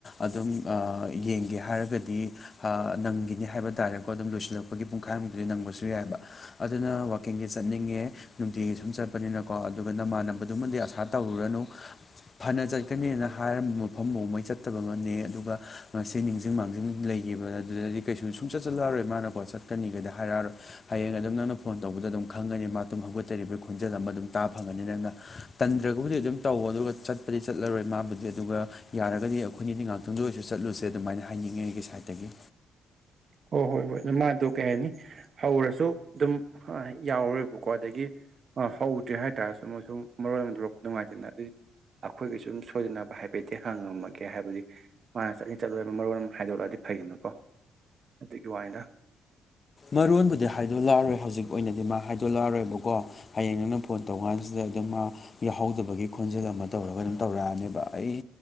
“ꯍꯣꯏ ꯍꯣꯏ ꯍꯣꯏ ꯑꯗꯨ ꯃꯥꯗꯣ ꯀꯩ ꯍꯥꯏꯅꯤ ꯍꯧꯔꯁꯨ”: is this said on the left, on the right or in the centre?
Right